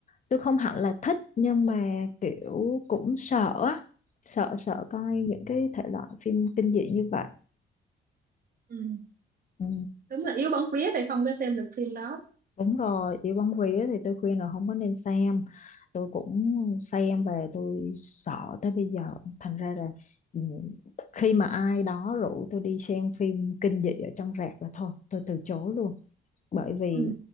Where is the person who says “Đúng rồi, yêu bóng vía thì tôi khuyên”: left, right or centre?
Left